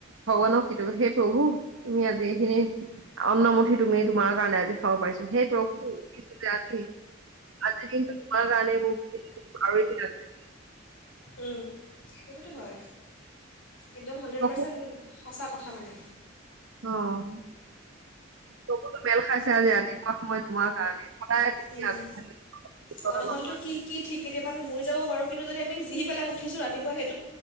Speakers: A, on the right (about 70°); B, on the left (about 70°).
A: ভগৱানক কেতিয়াবা, সেই প্ৰভু, তুমি আজি এইখিনি অন্নমুঠি তুমি তোমাৰ কাৰণে আজি খাব পাৰিছো। সেই প্ৰভু, উথিছো যে আজি-আজিৰ দিনটো তোমাৰ কাৰণে মোকৰি <unintelligible>
B: উম, সেইটোতো হয়। একদম হাণ্ড্ৰেড
A: চকু
B: পাৰ্চেণ্ট সঁচা কথা মানে।
A: অহ। চকুটো মেল খাইছে আজি ৰাতিপুৱা সময় তোমাৰ কাৰণে! সদায় তুমি
B: উম
A: আগবঢ়াই বিপদত
B: অ নহ'লেটো
A: নপৰা,
B: কি কি ঠিক কেতিয়াবা আমি মৰি যাব পাৰোঁ কিন্তু যদি আমি পেলাই জী পেলায় উঠিছো ৰাতিপুৱা সেই